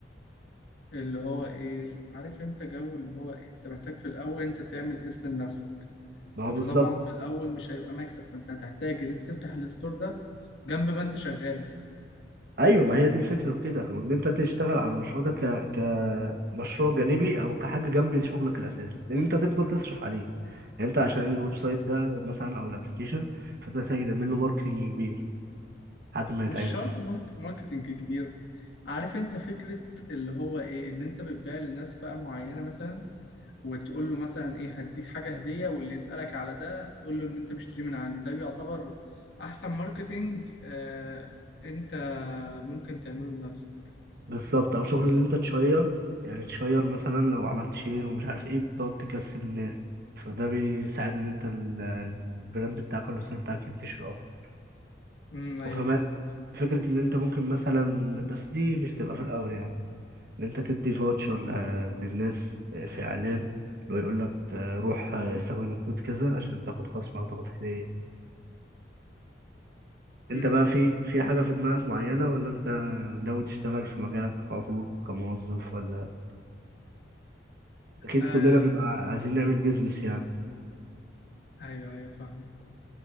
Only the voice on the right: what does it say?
ما هو
بالظبط
ايوه ما هي دي الفكرة في كده وان انت تشتغل على المشروع ده ك... كمشروع جانبي او كحاجة جنب شغلك الاساسي لان انت تفضل تصرف عليه يعني انت عشان الويب سايت ده مثلا او الابليكيشن فانت محتاج تعمل له ماركتنج كبير لحد ما يتعرف
بالظبط او شغل ان انت تشير يعني تشير مثلا لو عملت شير ومش عارف ايه بتقعد تكسب الناس فده بيساعد ان انت ال- البراند بتاعك او السيرفيس بتاعك ينتشر اكتر
وكمان فكرة إن أنت ممكن مثلا بس دي مش تبقى في الأول يعني إن أنت تدي فاوتشر للناس في إعلان اللي هو يقول لك روح استخدم الكود كذا عشان تاخد خصم أو تاخد هدية أنت
بقى في في حاجة في دماغك معينة ولا أنت ناوي تشتغل في مجالك على طول كموظف ولا أكيد
كلنا بيبقى عايزين نعمل بيزنس يعني